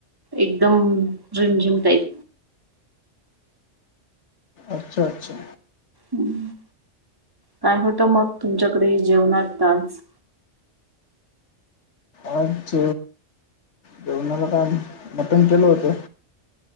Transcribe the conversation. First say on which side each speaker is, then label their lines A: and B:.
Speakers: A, on the right; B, on the left.
A: एकदम झिम झिम टाईप
B: अच्छा अच्छा
A: ह् काय होतं मग तुमच्याकडे जेवणात तास
B: आज जेवणाला काय मटन केल होतं